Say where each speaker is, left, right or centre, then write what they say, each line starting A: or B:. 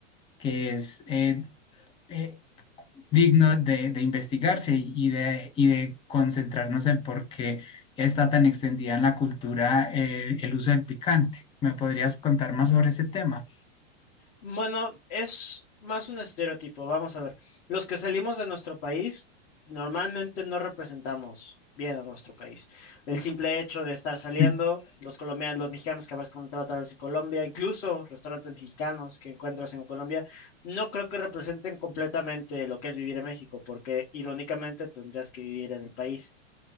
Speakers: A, on the left; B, on the left.
A: que es eh, eh, digno de, de investigarse y de, y de concentrarnos en por qué está tan extendida en la cultura eh, el uso del picante. ¿Me podrías contar más sobre ese tema?
B: Bueno, es más un estereotipo. Vamos a ver. Los que salimos de nuestro país normalmente no representamos bien a nuestro país. El simple hecho de estar
A: <laughs>
B: saliendo, los colombianos, los mexicanos que habrás encontrado tal vez en Colombia, incluso restaurantes mexicanos que encuentras en Colombia, no creo que representen completamente lo que es vivir en México, porque irónicamente tendrías que vivir en el país